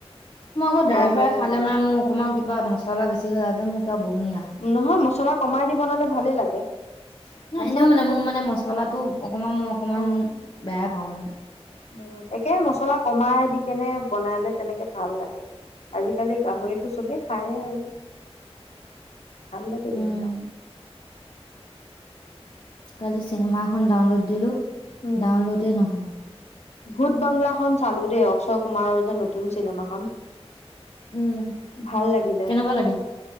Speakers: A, on the left; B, on the left.
A: মই আকৌ ড্ৰাই
B: তৰকাৰী
A: ফ্ৰাই খালে
B: নবনাই
A: মানে মোৰ অকমান কিবা মছলা বেছি হৈ যায় যে মোৰ কিবা বমি আ ন
B: নহয় মছলা কমাই দি বনালে ভালেই লাগে মচলাটো
A: এনেও মানে
B: কম
A: মোৰ মানে মচলাটো অকমান মই অকমান
B: অ
A: বেয়াই পাওঁ মানে
B: উম একে মছলা কমাই দি কেনে বনালে তেনেকে ভাল লাগে আজিকালি গাহৰিটো চবেই খায়েই আৰু ভাল লাগে‌
A: উম
B: যেনিবা।
A: কালি চিনেমা এখন ডাউনলোড দিলোঁ
B: উম।
A: ডাউনলোডেই নহয়।
B: ভূত বাংলাখন চালোঁ দেই অক্ষয় কুমাৰৰ যে নতুন চিনেমাখন।
A: উম
B: ভাল লাগিলে
A: কেনেকুৱা লাগিল